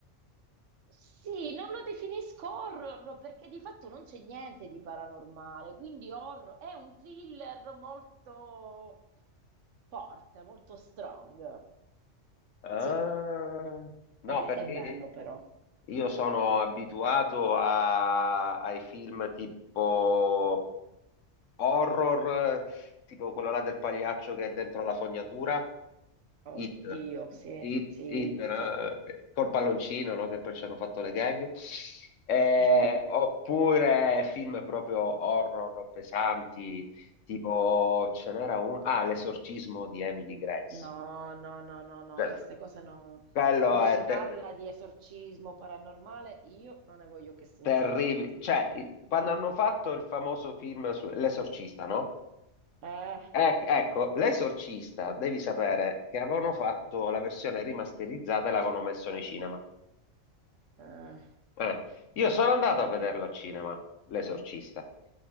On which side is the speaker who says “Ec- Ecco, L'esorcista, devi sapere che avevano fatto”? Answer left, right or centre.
Left